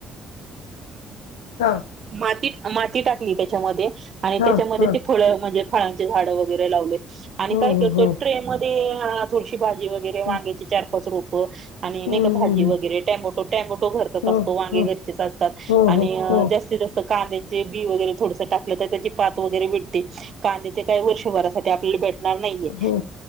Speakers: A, on the right (about 45°); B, on the left (about 75°).
A: <inaudible>
B: हा,
A: मातीत माती टाकली त्याच्यामध्ये आणि
B: हा
A: त्याच्यामध्ये
B: हा
A: ते फळं म्हणजे. फळांचे झाडं वगैरे लावले आणि
B: हो
A: काय
B: हो
A: करतो
B: हो
A: ट्रे मध्ये थोडीशी भाजी. भाजी वगैरे वांग्याची
B: हम्म
A: चार-पाच रोपं. आणि नाही
B: हम्म,
A: का भाजी वगैरे
B: हम्म.
A: टॅमोटो टॅमोटो घरचेच
B: हो
A: असतात वांगे
B: हो
A: घरचेच असतात. आणि
B: हो हो हो
A: जास्तीत-जास्त कांदे. चे बी वगैरे थोडसं टाकलं तर त्याची पात वगैरे भेटते. कांदे ते काय वर्षभरासाठी आपल्याला भेट ''--'' णार नाहीये.
B: हो